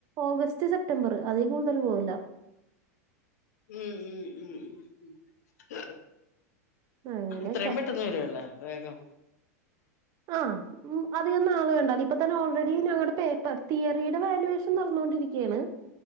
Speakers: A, on the right; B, on the left.
A: ഓഗസ്റ്റ് സെപ്റ്റംബർ അതീ കൂടുതൽ പോവില്ല
B: ഉം ഉം ഉം ഉ
A: അങ്ങനെയൊക്കെ
B: ഉ എത്രയും പെട്ടെന്ന് വരുല്ലേ വേഗം
A: ആഹ ഉ അധികം നാൾ വേണ്ടാ ഇപ്പൊ തന്നെ ഓൾറെഡി ഞങ്ങളുടെ പേപ്പർ തിയറിയുടെ വാല്വേഷൻ നടന്നുകൊണ്ടിരിക്കുകയാണ്